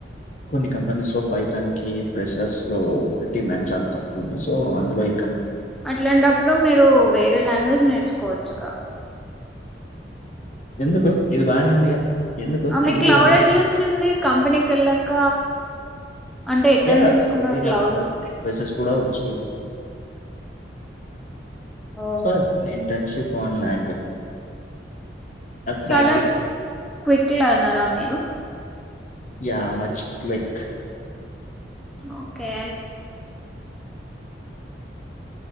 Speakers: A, on the left; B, in the centre.
A: కొన్ని కంపెనీస్ లో పైథాన్ కి ఫ్రెషర్స్ లో డిమాండ్ చాలా తక్కువ ఉంది. సో అందులో ఇ
B: అట్లాంటప్పుడు మీరు వే రే లాంగ్వేజ్ నేర్చుకోవచ్చుగా
A: ఎందుకు ఇది బానే ఉందిగా ఎందుకు
B: ఔను
A: ఎందుకు
B: క్లౌడ్
A: ఇవన్నీ
B: ఎట్లొచ్చింది కంపెనీకి వెళ్ళాక అంటే ఎట్లా
A: యా
B: నేర్చుకున్నారు క్లౌడ్
A: <inaudible> మెసేజ్ కూడా వచ్చు
B: ఓ
A: సార్ నీ ఇంటెన్షన్ పోన్లే ప్రాక్టీస్
B: చాలా క్విక్ లా ఉన్నారా మీరు
A: యా మచ్ క్లిక్
B: ఓకే